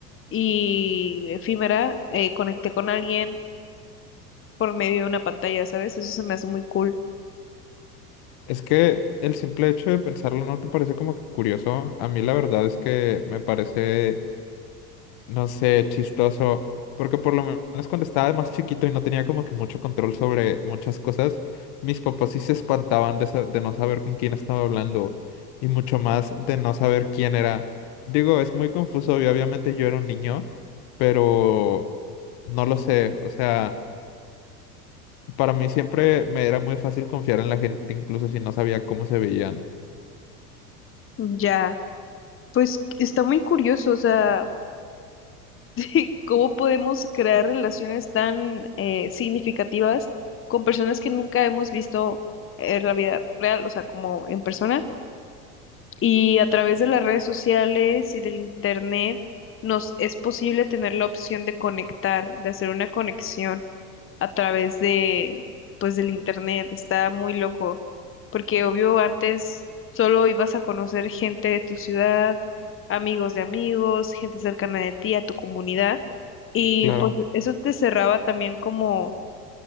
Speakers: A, on the left; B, on the left.
A: y efímera, eh, conecté con alguien por medio de una pantalla, ¿sabes? Eso se me hace muy cool.
B: Es que el simple hecho de pensarlo no te parece como que curioso. A mí la verdad es que me parece no sé, chistoso, porque por lo menos cuando estaba más chiquito y no tenía como que mucho control sobre muchas cosas, mis papás sí se espantaban de, sa- de no saber con quién estaba hablando y mucho más de no saber quién era. Digo, es muy confuso y obviamente yo era un niño, pero no lo sé, o sea, para mí siempre me era muy fácil confiar en la gente, incluso si no sabía cómo se veían.
A: Ya, pues está muy curioso, o sea. <laughs> ¿Cómo podemos crear relaciones tan eh, significativas con personas que nunca hemos visto en la vida real, o sea, como en persona? Y a través de las redes sociales y del internet nos es posible tener la opción de conectar, de hacer una conexión a través de, pues, del internet. Está muy loco, porque obvio antes solo ibas a conocer gente de tu ciudad, amigos de amigos, gente cercana de ti, a tu comunidad, y
B: Claro,
A: pues eso te cerraba también como